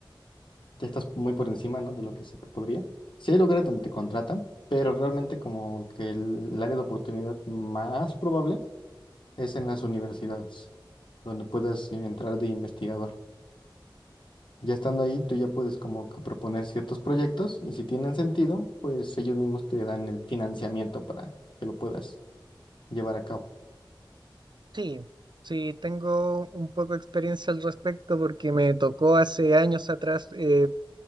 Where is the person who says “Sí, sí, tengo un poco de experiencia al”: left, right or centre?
Right